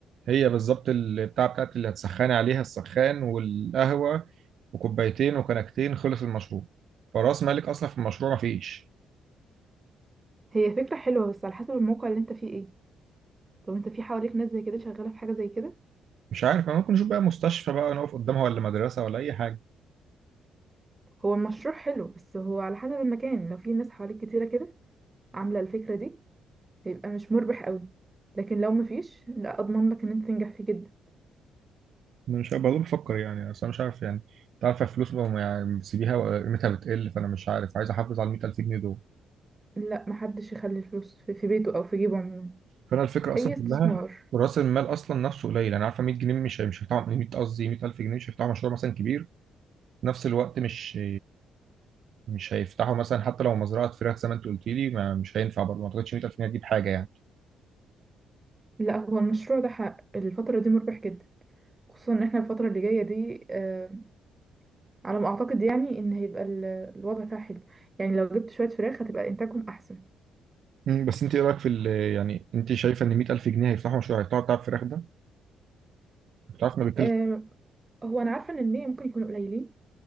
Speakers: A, on the right; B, on the right.
A: هي بالظبط البتاع بتاعت اللي هتسخني عليها السخان والقهوة وكوبايتين وكنكتين خلص المشروع فراس مالك أصلا في المشروع مفيش
B: هي فكرة حلوة بس على حسب الموقع اللي انت فيه ايه طب انت في حواليك ناس زي كده شغالة في حاجة زي كده
A: مش عارف أنا ممكن نشوف بقى مستشفى بقى نقف قدامها ولا مدرسة ولا أي حاجة
B: هو المشروع حلو بس هو على حسب المكان لو في ناس حواليك كتيرة كده عاملة الفكرة دي هيبقى مش مربح قوي لكن لو مفيش لا اضمن لك ان انت تنجح فيه جدا
A: أنا مش عارف برضه بفكر يعني أصل أنا مش عارف يعني أنت عارف الفلوس بقى يعني بتسيبيها قيمتها بتقل فأنا مش عارف عايز أحافظ على 100000 جنيه دول
B: لا محدش يخلي الفلوس في في بيته او في جيبه عموما
A: فأنا الفكرة أصلا
B: اي استثمار
A: كلها رأس المال أصلا نفسه قليل أنا عارفة 100 جنيه مش مش هيفتحوا 100 قصدي 100000 جنيه مش هيفتحوا مشروع مثلا كبير في نفس الوقت مش مش هيفتحوا مثلا حتى لو مزرعه فراخ زي ما انت قلت لي ما مش هينفع برضه ما اعتقدش 100000 جنيه هتجيب حاجه يعني
B: لا هو المشروع ده حق الفترة دي مربح جدا خصوصا ان احنا الفترة اللي جاية دي آه، على ما اعتقد يعني ان هيبقى ال- الوضع فيها حلو يعني لو جبت شويه فراخ هتبقى انتاجهم احسن
A: مم، بس انت ايه رايك في ال- يعني انت شايفه ان 100000 جنيه هيفتحوا مشروع هيفتحوا بتاع الفراخ ده؟ بتعرف انه بيتكلف
B: أه هو انا عارفه ان المية ممكن يكونوا قليلين